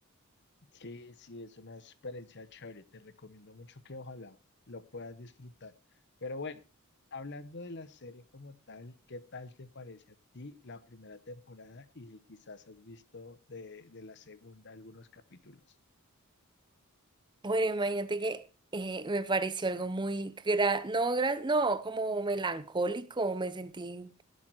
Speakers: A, on the left; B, on the right.
A: Sí, sí, es una experiencia chévere. Te recomiendo mucho que ojalá lo puedas disfrutar. Pero bueno, hablando de la serie como tal, ¿qué tal te parece a ti la primera temporada y si quizás has visto de, de la segunda algunos capítulos?
B: Bueno, imagínate que eh, me pareció algo muy, gra- no, gra- no, como melancólico, me sentí...